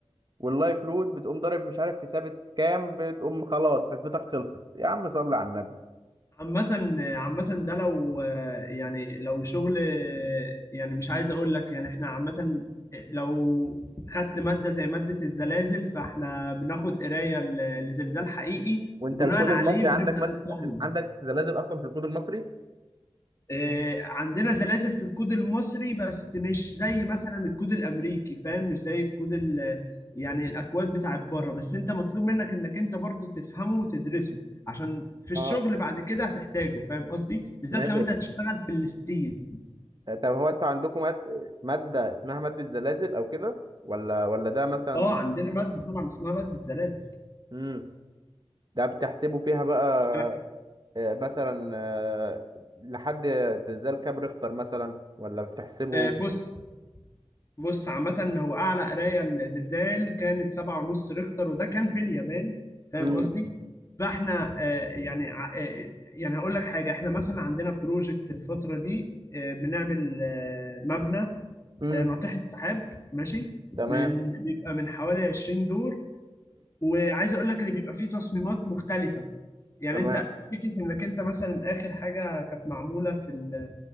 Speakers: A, on the right (about 45°); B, on the left (about 30°).
A: واللايف لود بتقوم ضارب مش عارف في ثابت كام بتقوم خلاص حسبتك خلصت يا عم صلي على النبي
B: عامة عامة ده لو يعني لو شغل يعني مش عايز اقول لك يعني احنا عامة لو خدت مادة زي مادة الزلازل فاحنا بناخد قراية ل- لزلزال حقيقي
A: وانت
B: وبناء
A: الكود
B: عليه
A: المصري
B: بنبدأ
A: عندك مد...
B: نصمم
A: عندك زلازل اصلا في الكود المصري
B: آه، عندنا سلاسل في الكود المصري بس مش زي مثلا الكود الامريكي فاهم مش زي الكود ال يعني الاكواد بتاعت بره بس انت مطلوب منك انك انت برضو تفهمه وتدرسه عشان في الشغل
A: اه
B: بعد كده هتحتاجه فاهم قصدي بالذات
A: ماشي
B: لو انت هتشتغل في الستيل
A: طب هو انتوا عندكم مد... مادة اسمها مادة زلازل او كده ولا ولا ده مثلا
B: اه عندنا ماده طبعا اسمها ماده سلاسل
A: امم ده بتحسبوا فيها بقى
B: أنا-
A: آه، مثلا آه، لحد زلزال كام ريختر مثلا ولا بتحسبوا
B: آه، بص بص عامة هو أعلى قراية لزلزال كانت سبعة ونص ريختر وده كان في اليابان فاهم
A: امم
B: قصدي؟ فاحنا آه، يعني ع- آه، يعني هقول لك حاجة احنا مثلا عندنا بروجكت الفترة دي آه، بنعمل آه، مبنى
A: امم
B: آه، ناطحة سحاب ماشي
A: تمام
B: من بيبقى من حوالي 20 دور وعايز اقول لك اللي بيبقى فيه تصميمات مختلفة يعني
A: تمام
B: انت فكرة انك انت مثلا اخر حاجة كانت معمولة في ال